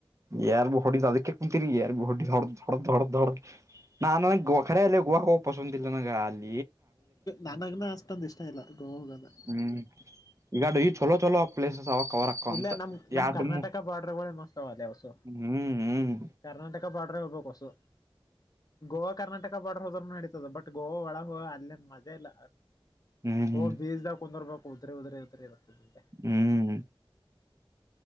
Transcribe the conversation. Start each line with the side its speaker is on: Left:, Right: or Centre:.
Right: ಯಾರ್ು ಹೊಡಿದ್ ಅದಕ್ಕೆ ಕುಂತೀರಿ ಯಾರ್ಗು ಹೊಡ ದೊಡ್ದ ದೊಡ್ದೊಡ್ಡ ದೊಡ್ಡ <unintelligible> ನ ನಾನ ಗುಖರೆ ಆ ಅಲ್ಲ ಗುವಾ ಹ ಪಸಂದ ಇಲ್ಲ ನ ಗಾಲ್ಲಿ
Left: ನನಗ್ನ ಅಷ್ಟೊಂದ ಇಷ್ಟ ಇಲ್ಲ ಗೋವಾಗ ಹೋಗೋದು
Right: ಹ್ಮ್ ಈಗ ಅದ ಚಲೋ ಚಲೋ ಪ್ಲೇಸಸ್ ಅವ ಕವರ್ ಅಕ್ಕವ
Left: ಇಲ್ಲೆ
Right: ಅಂತ
Left: ನಮ್ಮ
Right: ಎರಡು
Left: ಕರ್ನಾಟಕ
Right: ಹ್ಮ್
Left: ಬಾರ್ಡರಗಳು ಮುಚ್ಚತವೇ ಅಲ್ಲೇ ಓಸು
Right: ಹ್ಮ್ ಹ್ಮ್
Left: ಕರ್ನಾಟಕ ಬಾರ್ಡರ್ ಹೋಗ್ಬೇಕು ಓಸು ಗೋವಾ ಕರ್ನಾಟಕ ಬಾರ್ಡರ್ ಹೋದರು ನಡಿತೇತಿ ಬಟ್ ಗೋವಾ ಒಳಗ ಅಲ್ಲೇನ ಮಜಾ ಇಲ್ಲ
Right: ಹ್ಮ್ ಹ್ಮ್
Left: ಹೋಗಿ ಬೀಚ್ದಾಗ್ ಕುಂದರ್ಬೇಕು ಹೋದ್ರೆ ಹೋದ್ರೆ ಯಾವ ತರ ಇರುತ್ತದೆ ಈಗ
Right: ಹ್ಮ್